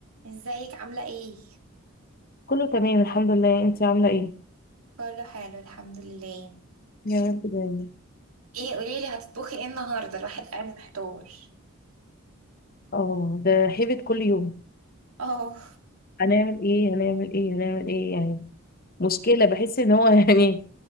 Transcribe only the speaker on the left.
كله تمام الحمد لله انت عامله ايه
يا رب دايما
اه ده هيبت كل يوم
هنعمل ايه هنعمل ايه هنعمل ايه يعني مشكله بحس ان هو <laughs> يعني